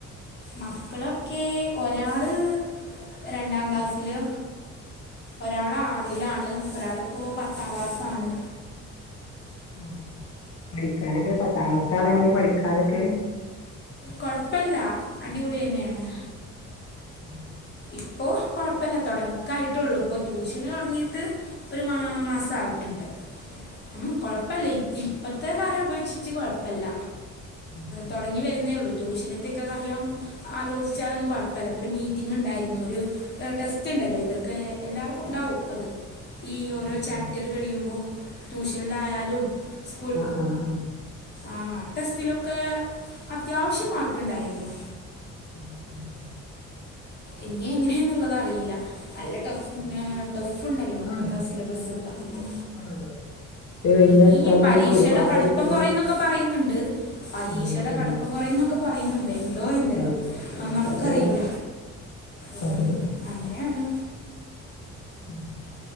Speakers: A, on the left; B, on the left.
A: മക്കളൊക്കെ ഒരാള് രണ്ടാം ക്ലാസ്സില് ഒരാള് ആറിലാണ് ഒരാളിപ്പോ പത്താം ക്ലാസാണ്
B: ആ പഠിക്കാനൊക്കെ പത്താകളസ സ്തേ ആൾ എങ്ങനെ പഠിക്കാനൊക്കെ
A: കൊഴപ്പില്ല അടിപൊളി തന്നെയാണ്
B: <inaudible>
A: ഇപ്പൊ കൊഴപ്പില്ല തുടക്കായിട്ടള്ളു ഇപ്പൊ ട്യൂഷന് തുടങ്ങീയിട്ട് ഒരു മാ മാസമായിട്ടുണ്ട് അം കുഴപ്പമില്ല ഇത് ഇപ്പഴത്തെ കാര്യം അപേക്ഷിച്ച് കുഴപ്പമില്ല
B: ഉം
A: തുടങ്ങി വരുന്നേ ഉള്ളൂ ട്യൂഷനൊക്കെ കാര്യം ആലോചിച്ചാ കുഴപ്പല്ല ങ് ഉണ്ടായിരുന്നു ഒരു ടെസ്റ്റ് ഉണ്ടല്ലോ ഇവർക്ക് എല്ലാർക്കും ണ്ടാവും അത് ഈ ഓരോ
B: ഉം
A: ചാപ്റ്റർ
B: ഉം
A: കഴിയുമ്പോൾ ട്യൂഷനിലായാലും സ്കൂൾ
B: ആ ഹ്ആഹ്
A: ആഹ് ടെസ്റ്റിലൊക്കെ അത്യാവശ്യം മാർക്ക്ണ്ടായിരുന്നു
B: ഉം
A: ഇനിയെഎങ്ങനെയന്നുള്ളത് അറിയില്ല നല്ല ടഫ്
B: ഉം
A: ടഫ്ണ്ടല്ലോ
B: അങ്ങനെ ആഹ്
A: പത്താ
B: ഇപ്പൊ
A: സിലബസ്സ്
B: പത്താം ക്ലാസ്
A: പത്ത്ത്തെ
B: നല്ല ടഫാണല്ലോ ഇത് കഴിഞ്ഞ
A: ഇനി
B: എക്സാമിനൊക്കെ
A: പരീക്ഷയുടെ
B: ഒരുപാട്
A: കടുപ്പം
B: കുട്ടികള്
A: കുറന്നൊക്കെ പറയുന്നുണ്ട് പരീക്ഷയുടെ
B: ഉം ഉം
A: കടുപ്പം കുറയ്ന്നൊക്കെ ക്കെ പറയുന്നുണ്ട് എന്തോ എന്തരം
B: ഉം എന്താല്ല
A: നമുക്കറിയില്ല ഉഅങ്ങനെയാണ്
B: അതെ ഉം